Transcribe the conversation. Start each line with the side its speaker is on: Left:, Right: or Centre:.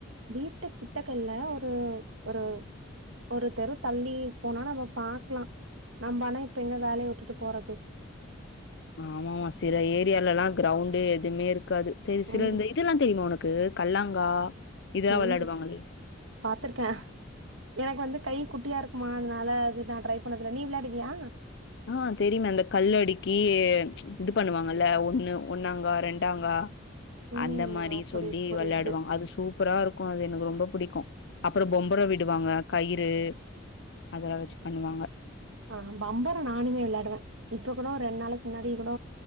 Right: வீட்டு கிட்டக இல்ல ஒரு ஒரு ஒரு தெரு தள்ளி போனா நம்ப பாக்லா நம்ப ஆனா இப்ப எங்க வேலைய விட்டுட்டு போறது
Left: ஆமாமா சில ஏரியாலலா கிரௌண்டே எதுமே இருக்காது சேரி சேரி
Right: ம்,
Left: அந்த இதெல்லா தெரிமா உனக் கு கல்லாங்கா இதெல்லா
Right: ம்
Left: வெளாடுவாங்களே.
Right: பாத்துருக்கே எனக்கு வந்து கை குட்டியா இருக்குமா அதனால அது நா ட்ரை பண்ணதுல நீ விளயாடுவியா
Left: ஆ தெரியுமே அந்த கல்லடிக்கி இது பண்ணுவாங்கல்ல ஒன்னு ஒன்னாங்கா ரெண்டாங்கா
Right: ம்.
Left: அந்த மாரி
Right: அ
Left: சொல்லி
Right: புரியுது, புரியுது.
Left: வெளையாடுவாங்க அது சூப் ப்ரா இருக்கு அது எனக்கு ரொம்ப புடிக்கு அப்றோ பொம்பரோ விடுவாங்க கயிறு அதலா வச்சு பண்ணுவாங்க
Right: ஆ பம்பரோ நானுமே வெளையாடுவே இப்ப கூட ஒர் ரெண்டு நாளைக்கு முன்னாடி கூட